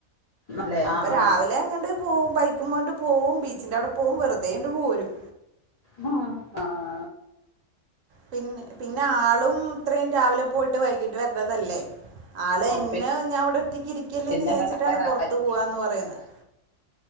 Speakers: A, on the left; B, on the right.
A: അല്ലെ
B: അപ്പൊ
A: ആഹ്
B: രാവിലെ എങ്ങട്ട പോവും ബൈക്കുമ്മട്ട് പോവും ബീച്ചിന്റെ അവിടെ പോവും വെറുതെണ്ട് പോരും
A: ആഹ ആ
B: പിന്ന പിന്നെ ആളും ഇത്രയും രാവിലെ പോയിട്ട് വൈകീട്ട് വരണതല്ലേ ആള
A: ഓ
B: എന്നെ ഞാൻ ഇവിടെ ഒറ്റക്ക്ിരിക്കല്ലേന്ന്
A: പിന്നെങ്ങ്
B: വിചാച്ചിട്ടാണ്
A: ടയേഡായിരിക്കും
B: പുറത്തു പോവാന്ന് പറയുന്നത്